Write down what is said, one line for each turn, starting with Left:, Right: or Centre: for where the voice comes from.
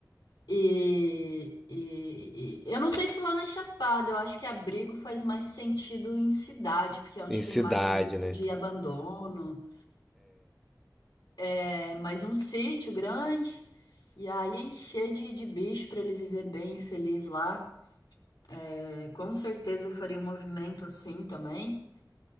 Left: E, e- e- eu não sei se lá na Chapada, eu acho que abrigo faz mais sentido em cidade, porque é onde
Centre: Em cidade,
Left: tem mais índice
Centre: né?
Left: de abandono. É mais um sítio grande, e aí encher de, de bicho para eles viver bem e feliz lá. É, com certeza eu faria um movimento assim também.